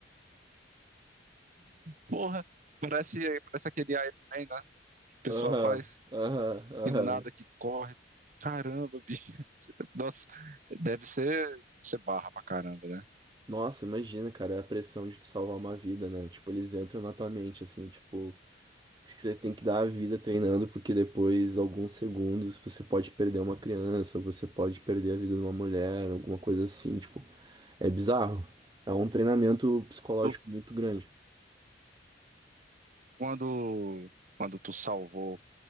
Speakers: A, on the right; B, on the right.
A: porra. Parece, parece aquele Iron Man, né? Que o pessoal
B: Aham,
A: faz
B: aham, aham.
A: e nada que corre. Caramba, bicho. <laughs> Nossa, deve ser, ser barra pra caramba, né?
B: Nossa, imagina, cara, a pressão de tu salvar uma vida, né? Tipo, eles entram na tua mente, assim, tipo, que você tem que dar a vida treinando, porque depois, alguns segundos, você pode perder uma criança, ou você pode perder a vida de uma mulher, alguma coisa assim, tipo. É bizarro. É um treinamento psicológico
A: Tu-
B: muito grande.
A: Quando, quando tu salvou